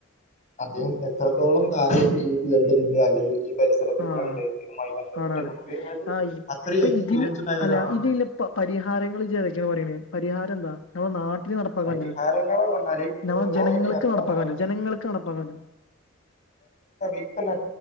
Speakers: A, on the left (about 35°); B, on the left (about 75°).
A: അദ്ദേഹം എത്രത്തോളം കാലമായിട്ട് ഈ ഫീൽഡിലുണ്ട് അല്ലെങ്കിൽ ഈ പരിസരത്തിൽ
B: ആഹ
A: കൂടെ ഉണ്ട് ഇതുമായി ബന്ധപ്പെട്ട്
B: ആണാണ്
A: നമുക്ക് അതായത്
B: ആ ഇപ്പ
A: അത്രയും എക്സ്പീരിയൻസ്
B: ഇതിന്
A: ഉണ്ടായ
B: അല്ല
A: ഒരാളാണ്
B: ഇതിലപ്പം പരിഹാരങ്ങൾ ജേതക്കന്ന് പറയെ പരിഹാരം എന്താ നമ്മുടെ നാട്ട ഒത്തിരി നടപ്പണ്ട
A: ഹരിഹരങ്ങള് പറഞ്ഞാല്
B: നമ്മ
A: ഒന്നാമതായിട്ട്
B: ജനങ്ങൾക്ക്
A: നമ്മളെ
B: നടപ്പാക്കാണ്ട ജനങ്ങൾക്ക് നടപ്പാക്കാണ്ട
A: ഇപ്പ